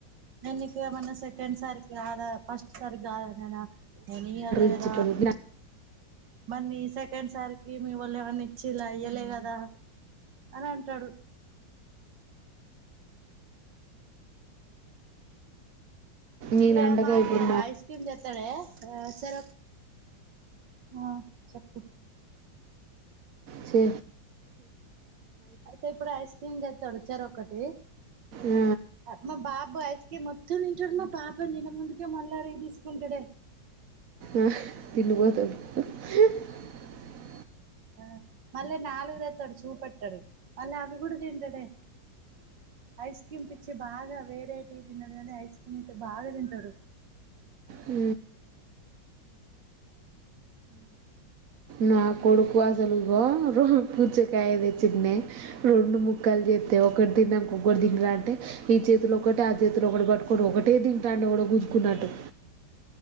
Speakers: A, on the right (about 70°); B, on the right (about 55°).
A: నేకు ఏమన్నా సెకండ్ సారికి కాదా ఫస్ట్ సారికి కాదా ననా ఎని అ లేద
B: ఇచ్చేటోడు
A: మన్ని సెకండ్ సార్కి మీ వాళ్ళు ఏమన్నా ఇచ్చి ఇలా ఇయ్యలే కదా అని అంటాడు
B: నేను
A: ఇగ
B: అండగా
A: మా ఆయన
B: ఇప్పుడు
A: ఆఐస్క్రీమ్ జతాడే సర ఆ చెప్పు
B: చే
A: అయితే ఇక్కడ ఐస్ క్రీం పెట్టారు చేరొకటి,
B: ఆ,
A: ఒకటి మా బాబు ఐస్ క్రీం మొత్తం తింటున్నాడు, టాప్ ఇది తిన్నాక ముందుకే మల్లాడిగి తీసుకుంటడే,
B: ఆ తిండిబోతోడు, <unintelligible>
A: ఆ మళ్ళా నాలుగుతేతాడు చూపెట్టాడు, మళ్ళీ అవి కూడా తింటాడే, ఐస్ క్రీమ్ పిచ్చి బాగా వేరైటీ తిన్నాడు కానీ ఐస్ క్రీమ్ అయితే బాగా తింటాడు.
B: ఉ
A: ఉ
B: నా కొడుకు అసలు ఇగో రోజు పుచ్చకాయ తెచ్చినే, రెండు ముక్కలు చే ఒకటి తిన్నాడు, ఇంకో నేను చుదును కాబట్టి, ఈ చేతులో ఒకటే ఆ చేతులో ఒకటి పట్టుకొని ఒకటే తింటాడె ఎవరో గుజుకున్నట్టు,